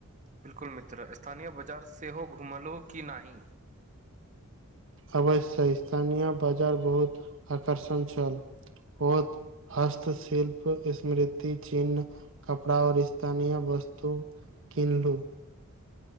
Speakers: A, on the right; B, on the right.
A: बिलकुल मित्र स्थानीय बाजार सेहो घुमलो कि नहि
B: अवश्य छै स्थानीय बाजार बहुत आकर्षण छल ओत हस्तशिल्प स्मृति चिन्ह कपड़ा और स्थानीय वस्तु किनलु